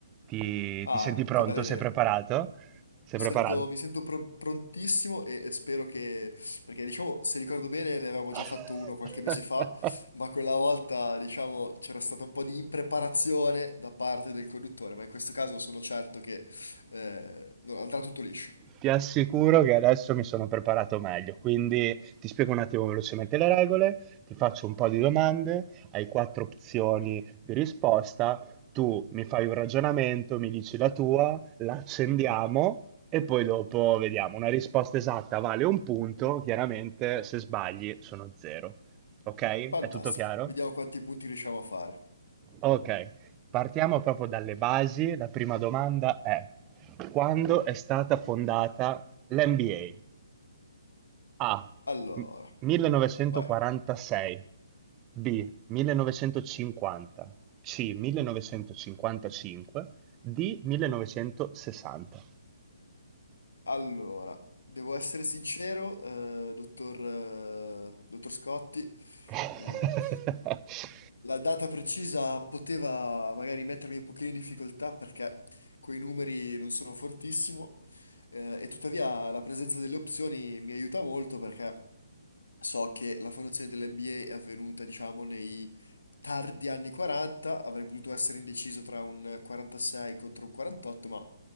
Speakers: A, on the right; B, on the left.
A: ti,
B: Ah,
A: ti senti pronto?
B: che bella idea.
A: Sei preparato? Sei
B: Mi sento,
A: preparato?
B: mi sento pro- prontissimo e, e spero che... Perché diciamo, se ricordo bene, ne
A: <laughs>
B: avevamo già fatto uno qualche mese fa, ma quella volta, diciamo, c'era stata un po' di impreparazione da parte del conduttore, ma in questo caso sono certo che eh, no, andrà tutto liscio.
A: Ti assicuro che adesso mi sono preparato meglio, quindi ti spiego un attimo velocemente le regole, ti faccio un po' di domande, hai quattro opzioni di risposta, tu mi fai un ragionamento, mi dici la tua, la accendiamo e poi dopo vediamo. Una risposta esatta vale un punto, chiaramente se sbagli sono zero. Ok?
B: Fantastico,
A: È tutto chiaro?
B: vediamo quanti punti riusciamo a fare.
A: Ok, partiamo proprio dalle basi. La prima domanda è: quando è stata fondata l'NBA? A.
B: Allora,
A: 1946
B: vai.
A: B. 1950 C. 1955 D. 1960
B: Allora, devo essere sincero, eh, dottor, eh, dottor Scotti.
A: <laughs>
B: eh, La data precisa poteva magari mettermi un pochino in difficoltà perché quei numeri non sono fortissimo eh, e tuttavia la presenza delle opzioni mi aiuta molto perché so che la fondazione dell'NBA è avvenuta, diciamo, nei tardi anni 40, avrei potuto essere indeciso tra un 46 contro un 48, ma